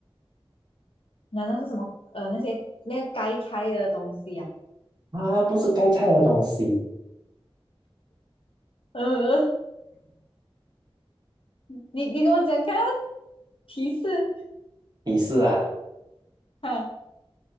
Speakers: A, on the left; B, on the right.
A: 难道是什么？呃，那些那个该拆的东西呀、
B: 它不是盖菜的东西。
A: 呃，你你给我讲看啊提示
B: 提示啊，
A: 啊